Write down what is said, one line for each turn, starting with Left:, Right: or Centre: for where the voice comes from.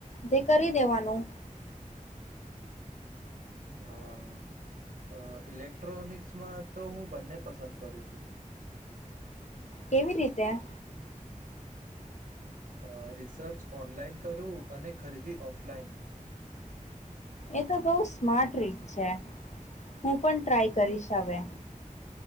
Left: તે કરી દેવાનું.
Right: હા. અ ઇલેક્ટ્રોનિક્સમાં તો હું બંને પસંદ કરું છું.
Left: કેવી રીતે?
Right: અ રિસર્ચ ઓનલાઈન કરું અને ખરીદી ઓફલાઈન.
Left: એ તો બહુ સ્માર્ટ રીત છે. હું પણ ટ્રાય કરીશ હવે.